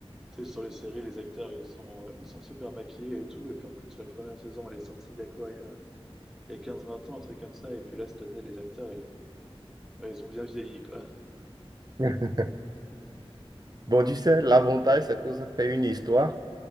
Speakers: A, in the centre; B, on the right.
A: Tu sais, sur les séries, les acteurs, ils sont, euh, ils sont super maquillés et tout. Et puis en plus, la première saison, elle est sortie il y a quoi? Il y a, il y a quinze vingt ans, un truc comme ça. Et puis là, cette année, les acteurs, ils, ouais, ils ont bien vieilli, quoi. <laughs>
B: <laughs> Bon, tu sais, l'avantage, c'est que ça fait une histoire